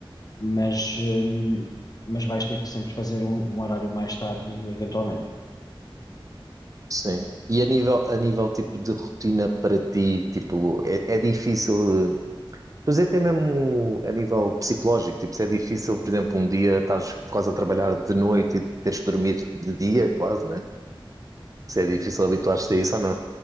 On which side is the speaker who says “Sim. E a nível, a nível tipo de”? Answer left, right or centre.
Right